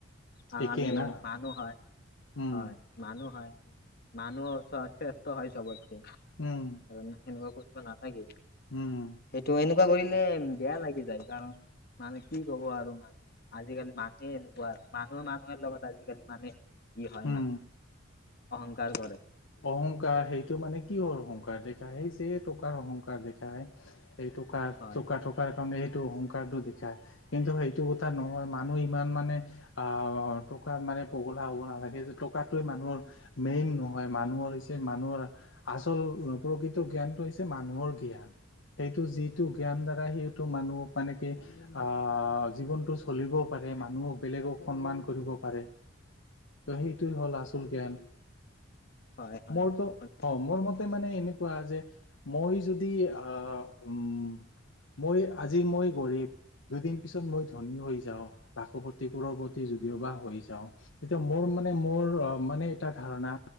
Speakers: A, on the left; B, on the left.
A: আৰু
B: একেই
A: আমি
B: না
A: মানুহ হয়।
B: উম
A: হয় মানুহ হয়। মানুহ চোৱা শ্ৰেষ্ঠ হয় চবতকে। কাৰণ
B: উম
A: সেনেকুৱা কৰিব নালাগে।
B: উম
A: সেইটো এনেকুৱা কৰিলে বেয়া লাগি যায় কাৰণ মানে কি ক'ব আৰু মানে আজিকালি মানুহে এনেকুৱা। মানুহে মানুহৰ লগত আজিকালি মানে ই হয়
B: উম
A: মানে অহংকাৰ কৰে।
B: অহংকাৰ সেইটো মানে কিহৰ অহংকাৰ দেখায়, সেই যে টকাৰ অহংকাৰ দেখায় এইটোকে আৰু
A: হয়
B: টকা থকাৰ মানে এইটো অহংকাৰটো দেখাই। কিন্তু সেইটো কথা নহয় মানুহ ইমান মানে, আহ' টকাৰ মানে পগলা হ'ব নালাগে যে টকাটোৱে মানুহৰ মেইন নহ হয়, মানুহৰ হৈছে মানুহৰ আচল প্ৰকৃত জ্ঞানটো হৈছে মানুহৰ জ্ঞান। এইটো যিটো জ্ঞান দ্বাৰা সেইটো মানুহক মানে কি আহ' জীৱনটো চলিবও পাৰে এই মানুহক বেলেগক সন্মান কৰিব পাৰে। সেইটো হ'ল আচল জ্ঞান।
A: হয় হয়
B: মোৰতো
A: আপুনি ঠিকে
B: অ', মোৰ
A: কৈছে
B: মতে মানে এনেকুৱা যে- মই যদি আহ, উম, মই আজি মই গৰীব দুদিন পিছত মই ধনী হৈ যাওঁ, লাখপতি, কাড়োৰপতি যদিওবা হৈ যাওঁ, তেতিয়া মোৰ মানে মোৰ অ' মানে এটা ধাৰণা